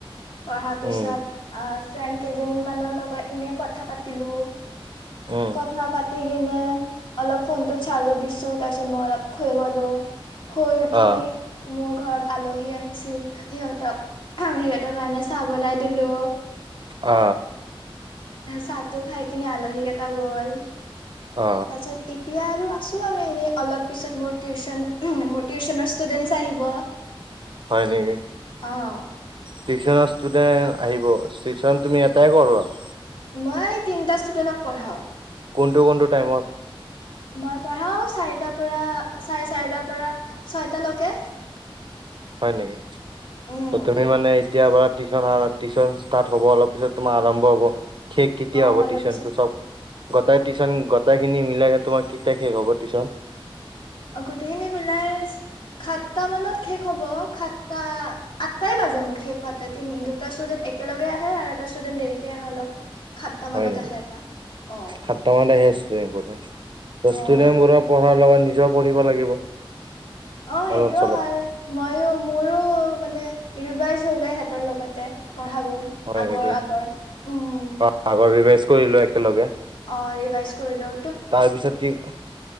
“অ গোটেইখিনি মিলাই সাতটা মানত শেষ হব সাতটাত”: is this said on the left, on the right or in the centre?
Left